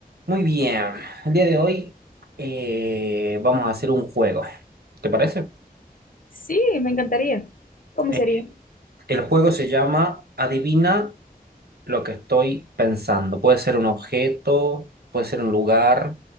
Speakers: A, on the right; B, on the left.
A: Muy bien, el día de hoy eh, vamos a hacer un juego, ¿te parece?
B: Sí, me encantaría. ¿Cómo
A: Eh,
B: sería?
A: el juego se llama Adivina lo que estoy pensando. Puede ser un objeto, puede ser un lugar.